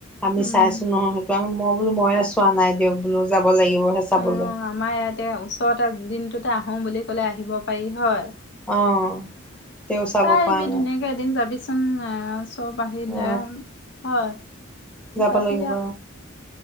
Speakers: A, in the centre; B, on the left (about 55°).
A: আমি
B: উম।
A: চাইছো নহয়। মই বোলো মইয়ে চোৱা নাই দিয়ক বোলো যাব লাগিবহে চাবলৈ।
B: অ আমাৰ ইয়া এতিয়া ওচৰতে দিনটোতে আহো বুলি ক'লে আহিব পাৰি হয়।
A: অ তেওঁ চাব
B: চাই
A: পোৱা
B: আহিবি
A: ন,
B: ধুনীয়াকে এদিন যাবিচোন চব আহিলে
A: অ
B: হয়।
A: যাব
B: যাবি
A: লাগিব উম।